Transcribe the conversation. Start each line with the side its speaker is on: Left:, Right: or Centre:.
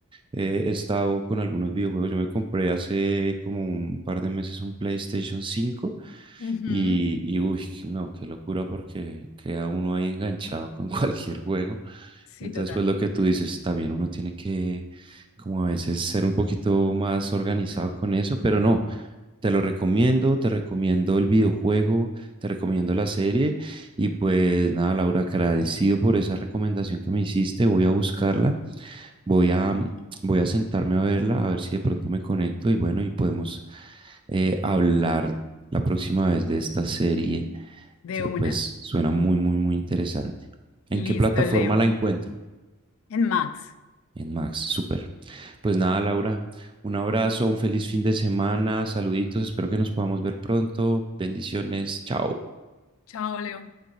Right: eh, he estado con algunos videojuegos, yo me compré hace como un par de meses un PlayStation cinco
Left: ujú,
Right: y, y uy, no, qué locura porque queda uno ahí enganchado con <laughs> cualquier juego.
Left: Sí,
Right: Entonces,
Left: total.
Right: pues lo que tú dices, también uno tiene que, como a veces, ser un poquito más organizado con eso, pero no, te lo recomiendo, te recomiendo el videojuego, te recomiendo la serie. Y pues nada, Laura, agradecido por esa recomendación que me hiciste, voy a buscarla. Voy a, voy a sentarme a verla, a ver si de pronto me conecto y bueno, y podemos eh, hablar la próxima vez de esta serie
Left: De
Right: que
Left: una.
Right: pues suena muy, muy, muy interesante. ¿En
Left: Listo,
Right: qué plataforma
Left: Leo.
Right: la encuentro?
Left: En Max.
Right: En Max, súper. Pues nada, Laura, un abrazo, un feliz fin de semana, saluditos, espero que nos podamos ver pronto. Bendiciones, chao.
Left: Chao, Leo.